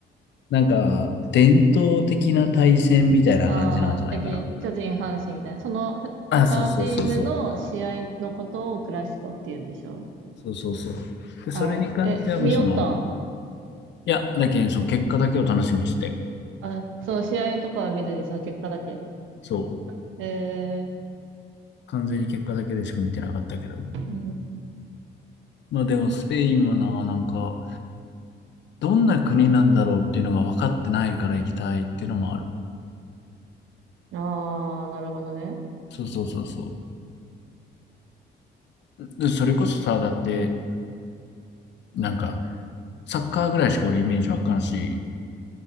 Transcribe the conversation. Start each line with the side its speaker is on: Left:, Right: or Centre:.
Left: なんか、伝統的な対戦みたいな感じなんじゃないかな。
Right: ああ、やけん、巨人、阪神みたいな。そのふ2チームの試合のことをクラシコって言うんでしょ
Left: あ、そうそうそうそう。そうそうそう。で、それに関してはもうその、
Right: ああ、え、見よったん
Left: いや、だけど、その結果だけを楽しみにしてたよ。
Right: あ、その試合とかは見ずにその結果だけ。
Left: そう。
Right: え
Left: 完全に結果だけでしか見てなかったけど。
Right: ー、
Left: まあでも、スペインはな、なんか、どんな国なんだろうっていうのが分かってないから行きたいっていうのもある。
Right: うん。ああ、なるほどね。
Left: そうそうそうそう。でそれこそさ、だって、なんか、サッカーぐらいしか俺イメージわかんし、